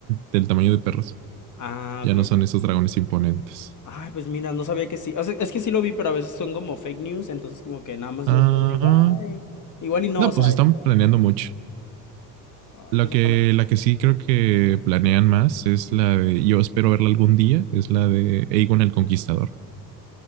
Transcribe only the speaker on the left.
Ah,
ok.
Ah, pues mira, no sabía que sí. O sea, es que sí lo vi, pero a veces son como fake news, entonces como que nada más
los veo y digo, ay. Igual y no,
o sea,
ay,
pues
ojalá.